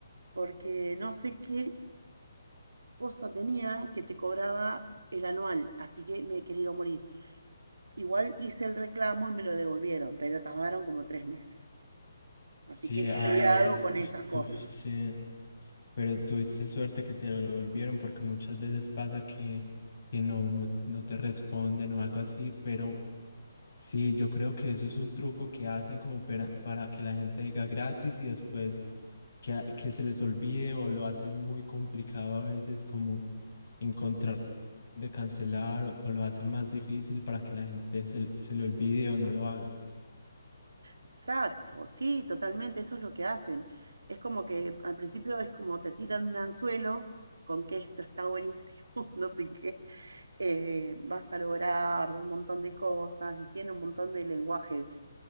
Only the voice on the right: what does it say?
porque no sé qué cosa tenía que te cobraba el anual, así que me he querido morir. Igual hice el reclamo y me lo devolvieron, pero tardaron como tres meses.
Así que
cuidado
con
esas cosas.
Exacto, sí, totalmente, eso es lo que hacen. Es como que al principio es como te tiran un anzuelo con que esto está buenísimo, <laughs> no sé qué, eh, vas a lograr un montón de cosas y tiene un montón de lenguaje